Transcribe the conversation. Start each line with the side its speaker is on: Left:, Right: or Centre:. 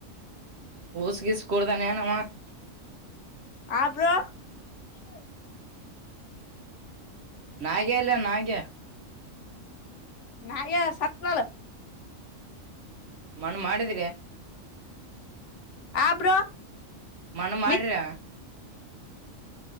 Right: ಹುಸ್ ಗಿಸ್ ಸ್ಕೋಡ್ತಾನೆ ಅವ <unintelligible>
Left: ಆಬ್ರ. <unintelligible>
Right: ನಾಗೆ ಎಲ್ಯ <unintelligible> ನಾಗೆ
Left: ನಾಯ ಸತ್ಲಲ
Right: ಮಣ್ಣು ಮಾಡಿದ್ರೆ.
Left: ಆ ಬ್ರೋ
Right: ಮಣ ಮಾಡ್ರ.
Left: ನಿತ್